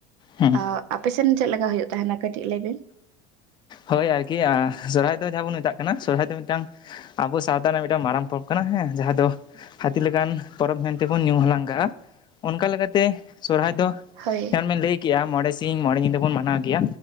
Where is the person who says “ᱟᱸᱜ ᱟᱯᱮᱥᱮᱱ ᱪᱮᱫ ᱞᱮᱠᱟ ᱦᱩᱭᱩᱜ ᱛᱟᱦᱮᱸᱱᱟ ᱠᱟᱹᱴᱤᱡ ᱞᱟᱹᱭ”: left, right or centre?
Right